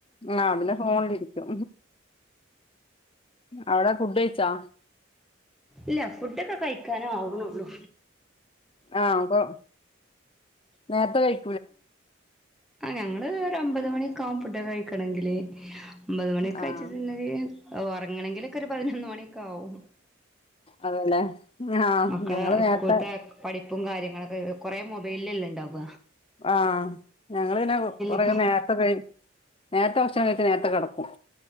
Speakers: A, on the left (about 25°); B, in the centre.
A: ആഹ് പിന്നെ ഫോണിലിരിക്കും അവടെ ഫുഡ്ഡ് കഴിച്ചൊ.
B: ഇല്ല ഫുഡ്ഡൊക്ക കഴിക്കാന് ആവ്ണൊള്ളു.
A: ആഹ് അപ്പം നേര്ത്തെ കഴ്
B: ആഹ് ഞങ്ങള് ഒരമ്പത് മണിയൊക്കാവും പുഡ്ഡ് കഴിക്കണങ്കിലെ ഒമ്പത് മണിയൊക്കായ്റ്റ്
A: ആഹ്
B: പിന്നൊര് ഒറങ്ങ്ണെങ്കില്ക്കൊര് പതിനൊന്ന് മണിയൊക്കാവും.
A: അതെലേ ആഹ്
B: മക്കളെ
A: ഞങ്ങള് നേര്ത്തെ.
B: സ്കൂളത്തെ പഠിപ്പും കാര്യങ്ങളൊക്ക കൊറേ മൊബയ്ലല്ലെ ഇണ്ടാവ
A: ആഹ് ഞങ്ങള് പിന്നെ കൊറേകെ
B: ഇപ്പൊ
A: നേര്ത്തെ കഴ് നേര്ത്തെ ഭക്ഷണം കഴിച്ച് നേര്ത്തെ കെടക്കും.